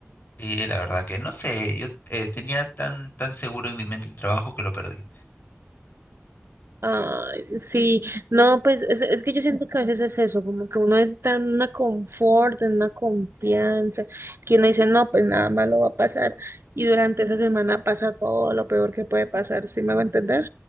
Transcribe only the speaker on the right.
Ay, sí, no, pues es, es que yo siento que a veces es eso, como que uno está en una confort, en una confianza, que uno dice, no, pues nada malo va a pasar, y durante esa semana pasa todo lo peor que puede pasar, ¿sí me va a entender?